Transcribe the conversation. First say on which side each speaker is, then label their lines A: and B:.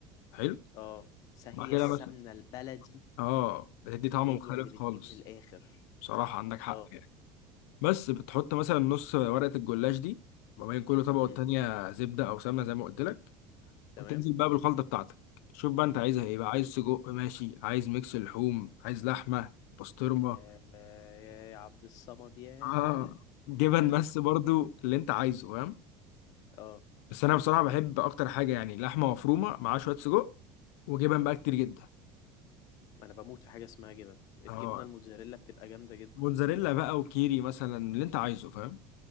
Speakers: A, on the left (about 80°); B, on the left (about 50°).
A: حلو
B: اه س- هي
A: وبعد كده
B: السمنة
A: مثلا
B: البلدي
A: اه بتدي طعم
B: هي
A: مختلف
B: اللي بتجيب
A: خالص
B: من الاخر
A: بصراحه عندك حق
B: اه
A: يعني بس بتحط مثلا نص ورقه الجلاش دي ما بين كل طبقه
B: امم
A: والتانيه زبده او سمنه زي ما قلت لك
B: تمام
A: وتنزل بقى بالخلطه بتاعتك شوف بقى انت عايزها ايه
B: امم
A: بقى عايز سجق ماشي عايز ميكس لحوم عايز لحمه بسطرمه
B: آه، يا عبد الصمد يا
A: اه جبن بس برضو اللي انت عايزه فاهم
B: اه
A: بس انا بصراحه بحب اكتر حاجه يعني لحمه مفرومه مع شويه سجق وجبن بقى كتير جدا
B: انا بموت في حاجه اسمها جبن الجبنه
A: اه
B: الموتزاريلا بتبقى جامده جدا
A: موتزاريلا بقى وكيري مثلا اللي انت عايزه فاهم